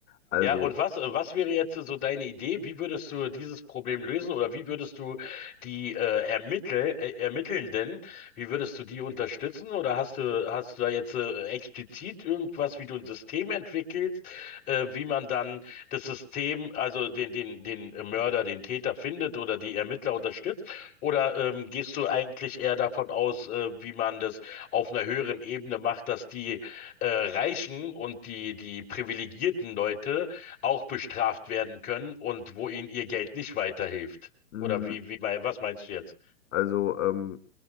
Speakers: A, on the left; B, on the left.
A: Also,
B: Ja, und was, äh, was wäre jetzt so deine Idee? Wie würdest du dieses Problem lösen oder wie würdest du die äh, Ermittel, äh, Ermittelnden, wie würdest du die unterstützen? Oder hast du, hast du da jetzt äh, explizit irgendwas, wie du ein System entwickelst, äh, wie man dann das System, also den, den, den Mörder, den Täter findet oder die Ermittler unterstützt? Oder ähm, gehst du eigentlich eher davon aus, äh, wie man das auf einer höheren Ebene macht, dass die äh, Reichen und die, die privilegierten Leute auch bestraft werden können und wo ihnen ihr Geld nicht weiterhilft.
A: mm,
B: Oder wie, wie, mei- was meinst du jetzt?
A: Also, ähm,